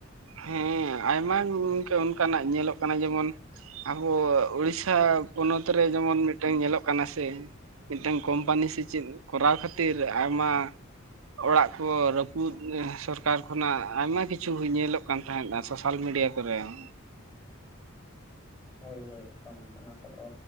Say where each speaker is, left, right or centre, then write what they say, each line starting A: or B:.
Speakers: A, on the right; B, on the left.
A: ᱦᱮᱸ, ᱟᱭᱢᱟ ᱜᱮ ᱜᱚᱝᱠᱮ ᱚᱱᱠᱟ ᱱᱟᱜ ᱧᱮᱞᱚᱜ ᱠᱟᱱᱟ ᱡᱮᱢᱚᱱ ᱟᱵᱚ ᱩᱲᱤᱥᱟ ᱯᱚᱱᱚᱛ ᱨᱮ ᱡᱮᱢᱚᱱ ᱢᱤᱫᱴᱮᱱ ᱧᱮᱞᱚᱜ ᱠᱟᱱᱟ ᱥᱮ ᱢᱤᱫᱴᱮᱱ ᱠᱳᱢᱯᱟᱱᱤ ᱥᱮ ᱪᱮᱫ ᱠᱚᱨᱟᱣ ᱠᱷᱟᱹᱛᱤᱨ ᱟᱭᱢᱟ ᱚᱲᱟᱜ ᱠᱚ ᱨᱟᱹᱯᱩᱫ ᱥᱚᱨᱠᱟᱨ ᱠᱷᱚᱱᱟᱜ ᱟᱭᱢᱟ ᱠᱤᱪᱷᱩ ᱧᱮᱞᱚᱜ ᱠᱟᱱᱟ ᱾ ᱠᱟᱱ ᱛᱟᱦᱮᱸᱱᱟ ᱥᱳᱥᱟᱞ ᱢᱤᱰᱤᱭᱟ ᱠᱚᱨᱮ ᱾
B: ᱦᱳᱭ ᱦᱳᱭ, ᱮᱠᱫᱚᱢ ᱚᱱᱟ ᱠᱚᱫᱚ